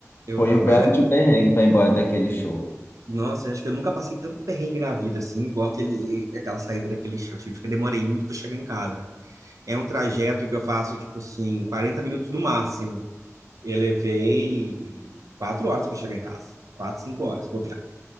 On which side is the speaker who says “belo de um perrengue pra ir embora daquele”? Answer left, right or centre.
Left